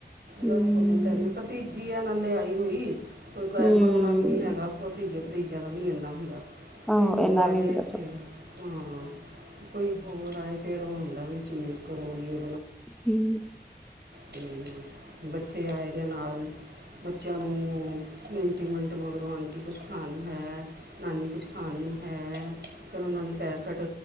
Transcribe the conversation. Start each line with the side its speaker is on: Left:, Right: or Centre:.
Centre: ਹਮ
Right: ਬਸ ਹੋ ਜਾਂਦਾ ਇਹਨਾ ਭਤੀਜੀ ਏ। ਨਾਲ ਲਿਆਈ ਹੋਈ। ਕੋਈ ਗੈਰ
Centre: ਹਮ ਹਮ
Right: ਪਰੋਣਾ ਵੀ ਨੀ ਹੈਗਾ ਭਤੀਜੇ ਭਤੀਜਿਆਂ ਦਾ ਨੀ ਇੰਨਾ ਹੁੰਦਾ।
Centre: ਆਹੋ
Right: ਕੋਈ ਹੋਰ
Centre: ਇਹਨਾਂ
Right: ਆ
Centre: ਨੀ
Right: ਜਾਏ
Centre: ਹੁੰਦਾ ਚ
Right: ਫੇਰ ਹਾਂ, ਕੋਈ ਹੋਰ ਆਏ ਫੇਰ ਔ ਹੋਂਦਾ ਵੀ <unintelligible> ਕਰੋ ਯੇ
Centre: ਹੁੰ।
Right: ਤੇ ਬੱਚੇ ਆਏ ਦੇ ਏ ਨਾਲ। ਬੱਚਿਆਂ ਨੁ <unintelligible> ਮਗਰੋਂ ਆਂਟੀ ਕੁਛ ਖਾਣ ਨੂੰ ਹੈ। ਨਾਨੀ ਕੁਛ ਖਾਣ ਨੂੰ ਹੈ। ਫੇਰ ਔਨਾਂ ਨੂੰ ਪੈਕਟ